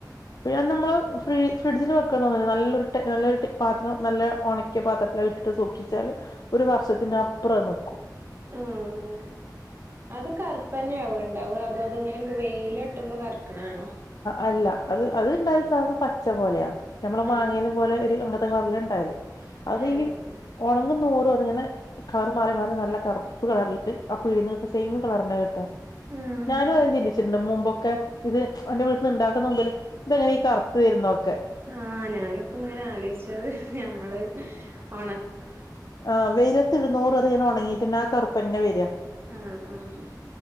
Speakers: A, on the left; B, on the right.
A: പി നമ്മള് ഫ്ര ഫ്രിഡ്ജന് വെക്കന്നില്ല നല്ലൊരു നല്ലൊ പാത്രം നല്ല ഉണക്കിയ പാത്രം ഇട്ടിട്ട് സൂക്ഷിച്ചാല് ഒരു വർഷത്തിനപ്പറം നക്കും
B: ആഹ് അത് കറുപ്പനെ ആവ ഉണ്ടാവും അതോ അതെങ്ങനെ വെയില ഇട്ടുമ്പോ കറുക്കണാണോ
A: അല്ല അത് അത്ണ്ടായാലും സാധ പച്ച അച്ച പോലെയാ നമ്മള് മാങ്ങയിലും
B: ആഹ്
A: പോലെ ഒരു അങ്ങനത്തെ കളറില ഇണ്ടായല് അത്
B: ആഹ്
A: ഈ ഉണങ്ങുന്ന രോ അങ്ങനെ കളർ മാറി മാറി നല്ല കറുപ്പ് കളറില് അപ്പ ഇ <unintelligible> സെയിം കളറിനെ കിട്ടോ
B: ആഹ്
A: ഞാനും
B: ആഹ്
A: അ ചിന്തിച്ചിട്ടുണ്ട് മുമ്പൊക്കെ ഇത് അവന്റെ വീട്ടന്ന് ഉണ്ടാക്കുന്ന മുമ്പില് ഇതെങ്ങനെ ഈ കറുത്ത് വരുന്നോ ഒക്കെ
B: ആഹ ഞാനിപ്പ ഇങ്ങനെ ആലോചച്ചത് ഞമ്മള് ഉണക്കും
A: ആ് വെയിലൽ ഇരുന്നൂറ് അറിയൻ ഉണങ്ങീട്ട്ന്ന ആ കറുപ്പ തന്നെ വരാ
B: ആഹ് ആഹ്